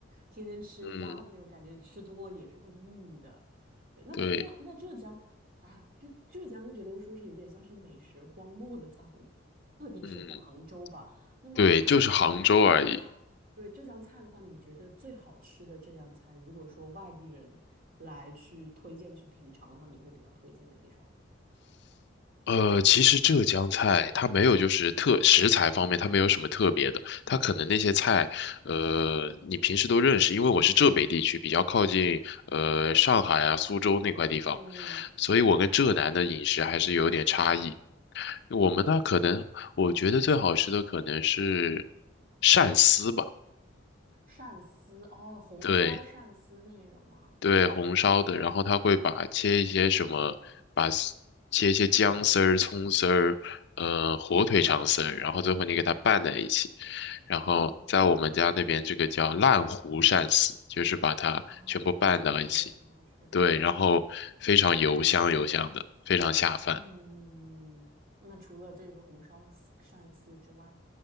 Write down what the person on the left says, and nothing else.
嗯，
对。
嗯。
对，就是杭州而已。
呃，其实浙江菜它没有，就是特食材方面它没有什么特别的，它可能那些菜，呃，你平时都认识，因为我是浙北地区，比较靠近呃上海啊、苏州那块地方，
所以我跟浙南的饮食还是有点差异。我们那可能，
我觉得最好吃的可能是鳝丝吧，
对，对，红烧的，然后他会把切一些什么，把丝切一些姜丝儿、葱丝儿，呃，火腿肠丝儿，然后最后你给它拌在一起，然后在我们家那边这个叫烂糊鳝丝，
就是把它全部拌到一起，
对，然后非常油香油香的，非常下饭。